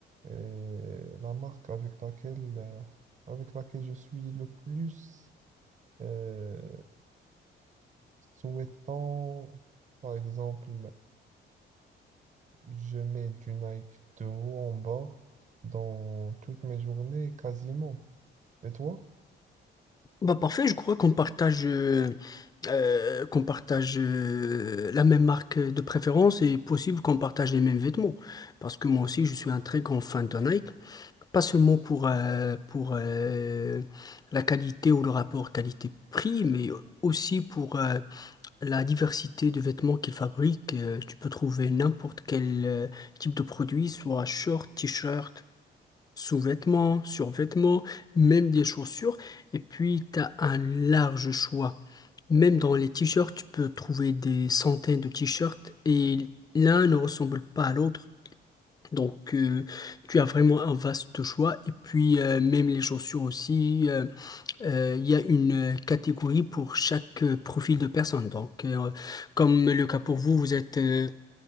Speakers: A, on the right (about 40°); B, on the left (about 20°).
A: et la marque avec laquelle, euh, avec laquelle je suis le plus euh, souhaitant, par exemple, je mets du Nike de haut en bas dans toutes mes journées, quasiment. Et toi?
B: Bah parfait, je crois qu'on partage, euh, euh, qu'on partage euh, la même marque de préférence et possible qu'on partage les mêmes vêtements. Parce que moi aussi je suis un très grand fan de Nike, pas seulement pour, euh, pour euh, la qualité ou le rapport qualité-prix, mais aussi pour euh, la diversité de vêtements qu'ils fabriquent. Euh, tu peux trouver n'importe quel euh, type de produit, soit short, t-shirt. sous-vêtements, survêtements, même des chaussures. Et puis, tu as un large choix. Même dans les t-shirts, tu peux trouver des centaines de t-shirts et l'un ne ressemble pas à l'autre. Donc, euh, tu as vraiment un vaste choix. Et puis, euh, même les chaussures aussi, euh, euh, il y a une euh, catégorie pour chaque euh, profil de personne. Donc, euh, comme le cas pour vous, vous êtes euh,